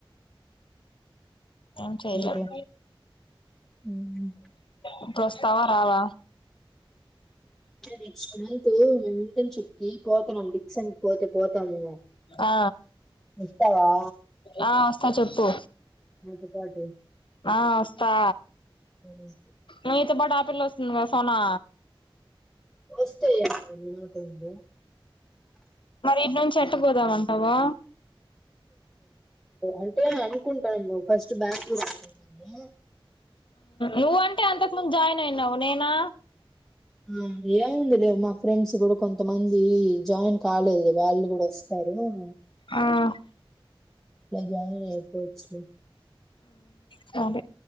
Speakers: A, on the left; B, in the centre.
A: ఏం చేయలేవ్
B: ఇంకేం? హ్మ్.
A: ఇప్పుడు వస్తావా రావా
B: నెక్స్ట్ మంతు మేంటర్న్షిప్ కి కూపన్ ఉంది సెన్ పోతె పోతాము
A: ఆ
B: వస్తావా
A: ఆ చెప్పు
B: నాతో పాటు?
A: ఆ వస్తా
B: హ్మ్.
A: నీతో పాటు ఆ పిల్ల వస్తుంది కధ సనా
B: వస్తే ఏమైంది అలవాటైంది
A: మరి ఇట్ నుంచి ఎట్టపోదామంటావు
B: అంటే అనుకుంటానామ్ ఫస్ట్ బెంగళూరు అడుత్తమయింది
A: నువ్వంటే అంతకు ముందు జాయిన్ అయినావు నేనా
B: ఉ ఏముందిలే మా ఫ్రెండ్స్ కూడా కొంతమందీ జాయిన్ కాలేదుగా వాళ్ళు కూడా వస్తా సరే మరి
A: ఆ ఆ
B: జాయిన్ అయిపోవచ్చులే.
A: సరే